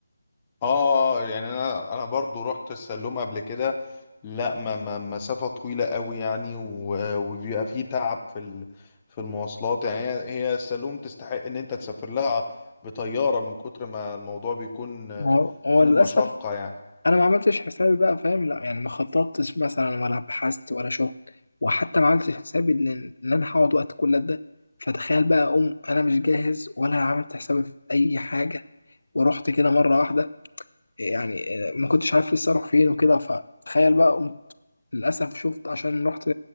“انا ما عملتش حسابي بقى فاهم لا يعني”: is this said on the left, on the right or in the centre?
Left